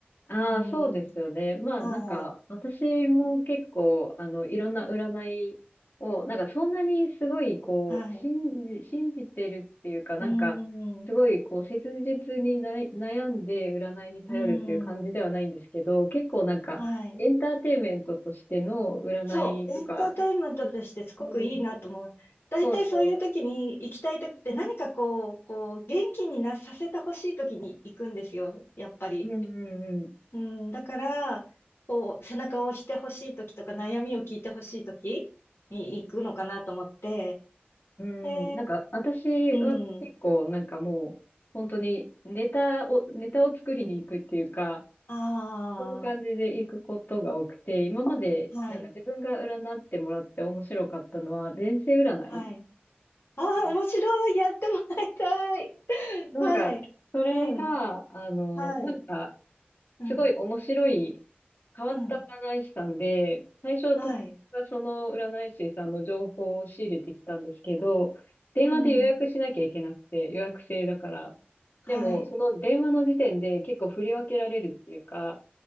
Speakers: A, on the left (about 55°); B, on the left (about 75°).
A: ああ、
B: うん。
A: そうですよね。まあ、
B: はい。
A: なんか、私も結構、あの、いろんな占いを、なんか、そんなにすごい、こう、
B: はい。
A: 信じ、信じてるっていうか、なんか、
B: うん。
A: すごい、こう、切実にな悩んで占いに頼るっていう感じではないんですけど、
B: うん。
A: 結構なんか、
B: はい。
A: エンターテインメントとしての占いとか、
B: そう、エンターテインメントとしてすごくいいなと思う。
A: うん、
B: 大体そういう時に行きたい時って何かこう、
A: そうそ
B: こう、元気になさせてほしい時に行くんですよ、やっぱり。
A: う、うんうんうん。
B: うん、だから、こう、背中を押してほしい時とか悩みを聞いてほしい時に行くのかなと思って。
A: うん、
B: で、
A: なんか、私は結構、
B: うん、
A: なんかもう、本当にネタを、ネタを作りに行くっていうか、
B: あ
A: そういう感じで行くことが多くて、今まで、
B: あ、はい、
A: なんか自分が占ってもらって面白かったのは、前世占い
B: はい。ああ、
A: な
B: 面白い、やってもらいたい。<laughs>
A: なんか、
B: はい、
A: それが、
B: うん、
A: あの、
B: はい、
A: なんか、
B: うん、
A: すごい面白い、変わった占い師さんで、
B: うん、
A: 最初友達がその占い師さんの情報を仕入れてきたんですけど、
B: はい、
A: 電話で予約しなきゃいけなくて、
B: うん。
A: 予約制だから。
B: はい。
A: でも、その電話の時点で結構振り分けられるっていうか、